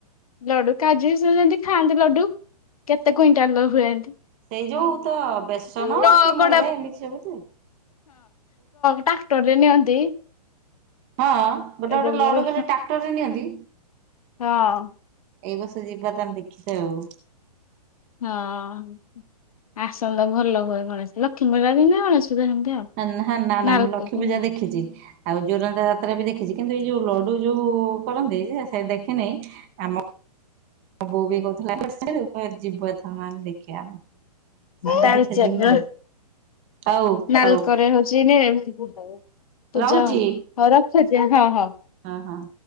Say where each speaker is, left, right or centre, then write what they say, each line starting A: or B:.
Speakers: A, on the left; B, on the right.
A: ଲଡୁ କାଜୁ ବି ସେମିତି ଖାଆନ୍ତି ଲଡୁ। କେତେ କୁଇଣ୍ଟାଲ ହୁନ୍ତି
B: ସେଇ ଯୋଉ
A: କା ପ।
B: ତ ବେସନ
A: ହଁ
B: କି
A: ଟ
B: ମଇଦା ଏମିତି ସବୁ ତ ହୁଏ।
A: ଟ୍ରାକ୍ଟରରେ ନିଅନ୍ତି।
B: ହଁ ଗୋଟେ
A: ଏଡେ
B: ଗୋଟେ
A: ବଡ
B: ଲଡୁ
A: ହଁ
B: ଖଲେ ଟ୍ରାକ୍ଟରରେ ନିଅନ୍ତି।
A: ହଁ
B: ଏଇ ବର୍ଷ ଯିବା ତମେ ଦେଖିଥା ଆଉ।
A: ହଁ ଆସନ୍ତା ଭଲ ହୁଏ, ଗଣେଶ, ଲକ୍ଷ୍ମୀପୂଜାର ଦିନ ଗଣେଶ ପୂଜା ସେମିତି ଆଉ
B: ନା ନା
A: ନାଲକୋ
B: ନା ମୁଁ ଲକ୍ଷ୍ମୀ
A: ହଁ
B: ପୂଜା ଦେଖିଛି ଆଉ ଜୋରନ୍ଦା ଜା ଯାତ୍ରା ବି ଦେଖିଛି କିନ୍ତୁ ଏଇ ଯୋଉ ଲଡୁ ଯୋଉ କରନ୍ତି ଯେ ସେ ଦେଖିନହି, ଆମ ମୋ ବୋଉ ବି କହୁଥିଲା ଯିବୁ ଏଥ ମାନେ ଦେଖିବା, ଆମେ ସାଙ୍ଗ
A: ତାଳଚେର
B: ଦେଖିବା ଯିମୁ। ଆଉ ହଉ
A: ନାଲକୋରେ
B: ହଉ
A: ହଉଛି ରେ ତୁ
B: ରହୁଛି
A: ଯା ହଉ ରଖଛି, ହଁ ହଁ।
B: ହଁ ହଁ।